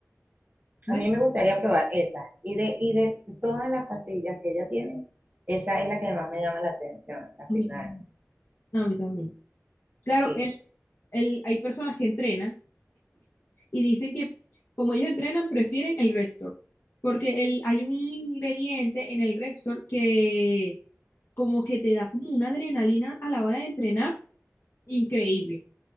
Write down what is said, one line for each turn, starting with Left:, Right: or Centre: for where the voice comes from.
Left: ¿Ven?
Right: A mí me gustaría probar esas Y de, y de todas las pastillas que ella tiene, esa es la que más me llama la atención, la Fitness.
Left: A mí también. A mí también. Claro,
Right: Sí,
Left: el, el, hay personas que entrenan y dicen que como ellos entrenan, prefieren el Restor, porque el, hay un ingrediente en el Restor que como que te da como una adrenalina a la hora de entrenar Increíble.